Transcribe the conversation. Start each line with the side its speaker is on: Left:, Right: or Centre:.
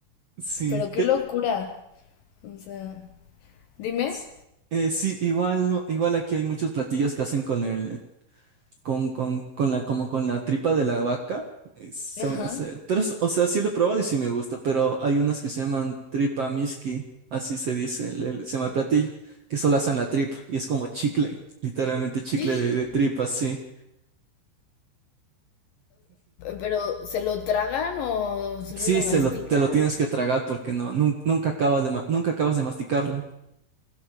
Right: Sí,
Left: Pero qué
Right: te-
Left: locura. O sea, Dime.
Right: s- eh, sí, igual no, igual aquí hay muchos platillos que hacen con el, con, con, con la, como con la tripa de la vaca, eh, saben
Left: ajá.
Right: hacer. Pero, es- o sea, sí lo he probado y sí me gusta, pero hay unas que se llaman tripa miski, así se dice, el, el- se llama el platillo, que solo hacen la tripa y es como chicle, literalmente
Left: <gasps>
Right: chicle
Left: Eh,
Right: de, de tripa, sí.
Left: Pero, ¿se lo tragan o solo
Right: Sí,
Left: lo
Right: se
Left: mastican?
Right: lo, te lo tienes que tragar porque no, nun- nunca acabas de, ma- nunca acabas de masticarlo.